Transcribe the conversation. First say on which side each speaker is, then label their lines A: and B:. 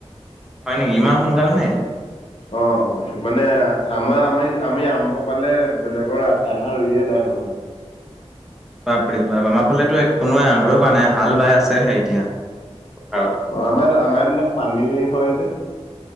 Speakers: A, in the centre; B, on the left.
A: হয় নেকি ইমান সোনকাল নে
B: অ অ মানে আমাৰ আমাৰ আমি আৰম্ভ কৰালে বেলেগৰ আধা ৰুইয়ে এদাই <inaudible>
A: <inaudible> বাপৰি বা আমাৰ ফালেতো কোনোৱে আৰম্ভয় কৰা নাই হাল বাই আছেহে এতিয়া পথাৰত।
B: অ আমাৰ আমাৰ ইয়াত অলপ পানী হয় যে